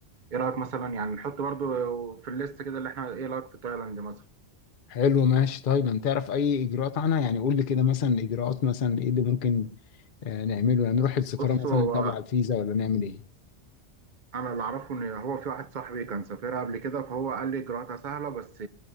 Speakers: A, on the right; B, on the left.
A: ايه رأيك مثلا يعني نحط برضه في الليست كده اللي احنا ايه رأيك في تايلاند مثلا
B: حلو ماشي طيب انت تعرف اي اجراءات عنها يعني قول لي كده مثلا اجراءات مثلا ايه اللي ممكن آه، نعمله يعني نروح السفارة
A: بص
B: مثلا
A: هو
B: نطلع الفيزا ولا نعمل ايه
A: انا اللي اعرفه ان هو في واحد صاحبي كان سافرها قبل كده فهو قال لي اجراءاتها سهلة بس